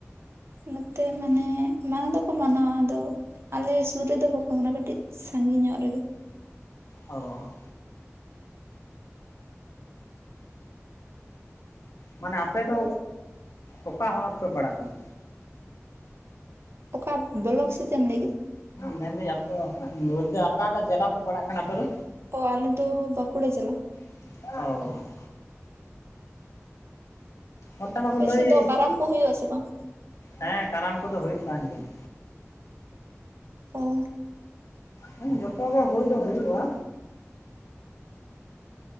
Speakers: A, on the right; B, on the left.
A: ᱱᱚᱛᱮ ᱢᱟᱱᱮ ᱢᱟᱱᱟᱣ ᱫᱚᱠᱚ ᱢᱟᱱᱟᱣᱟ ᱟᱫᱚ ᱟᱞᱮ ᱥᱩᱨ ᱨᱮᱫᱚ ᱚᱱᱟ ᱠᱟᱹᱴᱤᱡ ᱥᱟᱺᱜᱤᱧ ᱧᱚᱜ ᱨᱮᱜᱮ᱾
B: ᱚ ᱢᱟᱱᱮ ᱟᱯᱮ ᱫᱚ ᱚᱠᱟ ᱦᱚᱱᱚᱛ ᱯᱮ ᱯᱟᱲᱟᱜ ᱠᱟᱱᱟ?
A: ᱚᱠᱟ ᱵᱞᱚᱠ ᱥᱮ ᱪᱮ ᱮᱢ ᱞᱟᱹᱭ ᱠᱮᱫᱟ᱾
B: ᱢᱮᱱᱫᱟᱹᱧ ᱟᱯᱮ ᱵᱚᱞᱛᱮ ᱚᱠᱟᱴᱟᱜ ᱡᱮᱞᱟ ᱯᱮ ᱯᱟᱲᱟᱜ ᱠᱟᱱᱟ ᱟᱯᱮ ᱫᱚ?
A: ᱚ ᱟᱞᱮ ᱫᱚ ᱵᱟᱸᱠᱩᱲᱟ ᱡᱮᱞᱟ᱾
B: <inaudible> ᱚᱱᱛᱮ ᱢᱟᱠᱚ
A: ᱟᱯᱮ
B: ᱞᱟᱹᱭᱮᱫ,
A: ᱥᱮᱫ ᱫᱚ ᱠᱟᱨᱟᱢ ᱠᱚ ᱦᱩᱭᱩᱜ ᱟᱥᱮ ᱵᱟᱝ
B: ᱦᱮᱸ ᱠᱟᱨᱟᱢ ᱠᱚᱫᱚ ᱦᱩᱭᱩᱜ ᱠᱟᱱ ᱜᱮᱭᱟ᱾
A: ᱚ
B: ᱦᱮᱸ ᱡᱚᱛᱚ ᱜᱮ ᱦᱩᱭ ᱫᱚ ᱦᱩᱭᱩᱜᱼᱟ᱾